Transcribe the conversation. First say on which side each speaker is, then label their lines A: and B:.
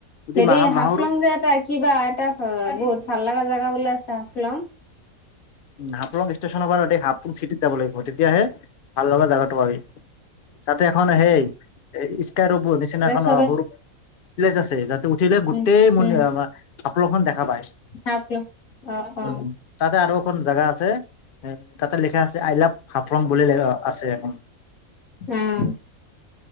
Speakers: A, on the left; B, on the left.
A: যদি
B: হেৰি
A: মাহ
B: হাফলং
A: মাহৰ
B: যে এটা কিবা এটা বহুত ভাল লগা জেগা বোলে আছে হাফলং
A: উ হাফলং ষ্টেচনৰ পৰা হাবুং চিটিত যাব লাগিব তেতিয়াহে ভাল লগা জেগাত যাব পাৰি তাতে এখন সেই স্কাই ৰব নিচিনাখন
B: এ চবে
A: সৰু প্লেছ আছে তাতে উঠিলে গোটেই
B: উম
A: মন
B: উম
A: হাফলং খন দেখা পাই
B: হাফলং অ অ
A: উম তাতে আৰু এখন জেগা আছে এ তাতে লিখা আছে আই লাভ হাফলং বুলি আছে এখন
B: উম